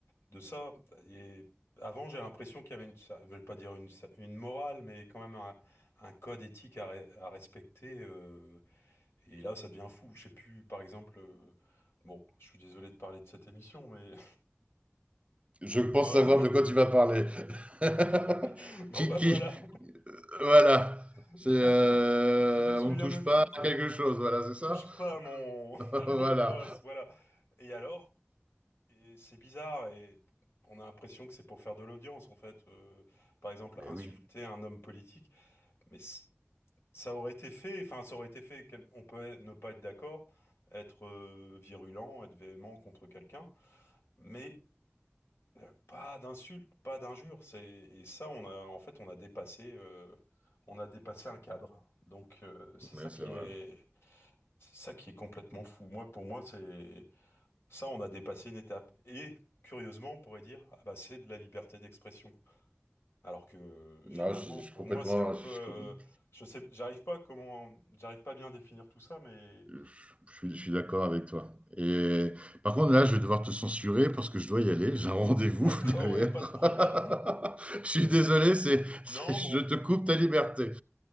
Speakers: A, on the left; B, on the right.
A: de ça. Et avant, j'ai l'impression qu'il y avait une, ça- je vais pas dire une, sa- une morale, mais quand même un, un code éthique à, re- à respecter. euh, et là, ça devient fou. Je sais plus, par exemple, euh, bon, je suis désolé de parler de cette émission, mais
B: Je pense
A: <laughs> Ouais.
B: savoir de quoi tu vas parler. <laughs>
A: <laughs> Bon,
B: qui,
A: bah
B: qui,
A: voilà.
B: voilà,
A: <laughs>
B: c'est euh,
A: Je me souviens
B: on ne touche
A: même
B: pas
A: plus de...
B: à quelque chose, voilà, c'est ça.
A: Touche pas à mon, <laughs>
B: Voilà.
A: à mon poste, voilà. Et alors, et c'est bizarre et on a l'impression que c'est pour faire de l'audience, en fait. Euh, par exemple,
B: Mais
A: insulter
B: oui,
A: un homme politique, mais c- ça aurait été fait, enfin, ça aurait été fait, quel- on peut être- ne pas être d'accord, être euh, virulent, être véhément contre quelqu'un, mais euh, pas d'insultes, pas d'injures. C'est... Et ça, on a, en fait, on a dépassé, euh, on a dépassé un cadre. Donc, euh, c'est ça
B: Mais
A: qui
B: c'est vrai.
A: est C'est ça qui est complètement fou. Moi, pour moi, c'est ça, on a dépassé une étape. Et curieusement, on pourrait dire, ah bah, c'est de la liberté d'expression. Alors que
B: Non,
A: finalement,
B: je, suis je
A: pour
B: suis complètement,
A: moi, c'est un peu,
B: je,
A: euh,
B: suis com-
A: je sais, j'arrive pas comment, j'arrive pas bien à définir tout ça, mais
B: je- je suis, je suis d'accord avec toi. Et par contre, là, je vais devoir te censurer parce que je dois y aller. J'ai un rendez-vous
A: <laughs> d'accord,
B: <laughs> derrière.
A: ouais, pas de problème.
B: <laughs>
A: <laughs>
B: Je suis désolé, c'est, c'est-
A: Non,
B: je
A: bon,
B: te coupe ta liberté.